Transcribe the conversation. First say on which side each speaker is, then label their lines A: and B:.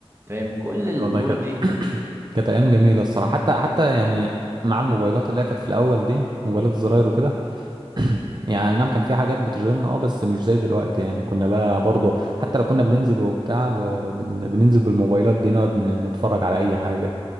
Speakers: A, on the right; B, on the right.
A: فاهم كل
B: ايوه
A: الأمور
B: والله كانت
A: دي
B: <coughs> كانت ايام جميلة الصراحة حتى حتى يعني مع الموبايلات اللي هي كانت في الاول دي موبايلات الزراير وكده <clears throat> يعني أي نعم كان في حاجات بتشغلنا اه بس مش زي دلوقتي يعني كنا بقى برضه حتى لو كنا بننزل وبتاع ب- بن- بننزل بالموبايلات دي نقعد ن- نتفرج على اي حاجة